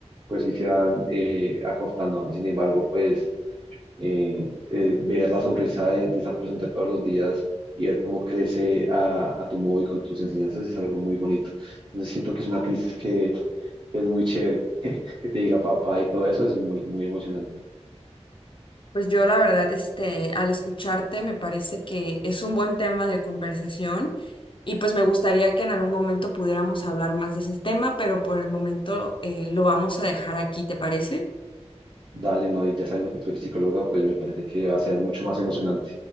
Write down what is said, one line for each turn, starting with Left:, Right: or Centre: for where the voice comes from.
Right: pues sí se van eh, acortando. Sin embargo, pues eh, eh, ver la sonrisa de, de esa persona todos los días y ver cómo crece a, a tu modo y con tus enseñanzas es algo muy bonito. Entonces siento que es una crisis que es muy chévere, <laughs> que te diga papá y todo eso es muy, muy emocionante.
Left: Pues yo la verdad, este, al escucharte me parece que es un buen tema de conversación y pues me gustaría que en algún momento pudiéramos hablar más de ese tema, pero por el momento eh, lo vamos a dejar aquí, ¿te parece?
Right: Dale, no, y ya sabiendo que tú eres psicóloga, pues me parece que va a ser mucho más emocionante.